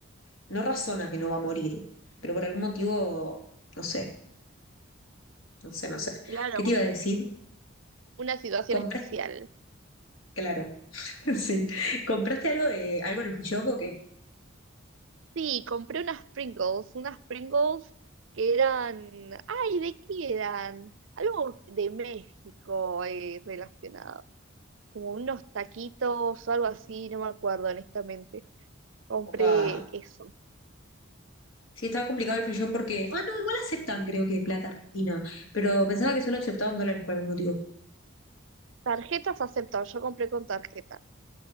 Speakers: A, on the left; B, on the right.
A: no razona que no va a morir, pero por algún motivo, no sé, no sé, no sé.
B: Claro,
A: ¿Qué te
B: bueno,
A: iba a decir?
B: una situación
A: Compraste,
B: especial.
A: claro, <laughs> sí, compraste algo de algo en el free shop o qué?
B: Sí, compré unas Pringles, unas Pringles que eran, ay, ¿de qué eran? Algo de México eh, relacionado, como unos taquitos o algo así, no me acuerdo honestamente. Compré
A: Opa,
B: eso.
A: Sí, estaba complicado el free shop porque. Ah, no, igual aceptan, creo que plata argentina. Pero pensaba que solo aceptaban dólares por algún motivo.
B: Tarjetas aceptan, yo compré con tarjeta.